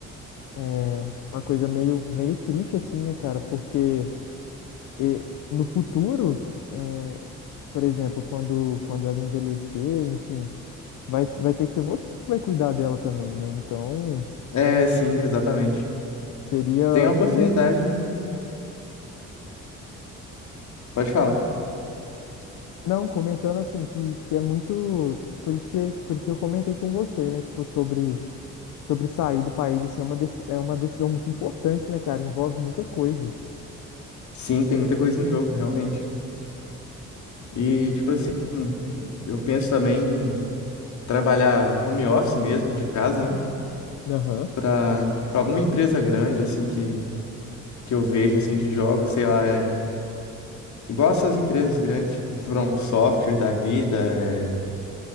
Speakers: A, on the left; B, on the left.
A: é uma coisa meio, meio triste, assim, né, cara? Porque E no futuro, é, por exemplo, quando, quando ela envelhecer, enfim, vai, vai ter que ser você que vai cuidar dela também, né? Então,
B: É, sim, exatamente.
A: seria,
B: Tem a oportunidade
A: seria...
B: de... Pode falar.
A: Não, comentando assim, que, que é muito... Por isso que, por isso que eu comentei com você, né? Tipo, sobre, sobre sair do país, assim, é uma, deci- é uma decisão muito importante, né, cara? Envolve muita coisa.
B: Sim, tem muita coisa em jogo, realmente. E, tipo assim, eu penso também em trabalhar home office mesmo, de casa, né?
A: Aham,
B: Pra, pra alguma empresa grande, assim, que, que eu vejo, assim, de jogos, sei lá, é... Igual essas empresas grandes, tipo, From Software da vida, é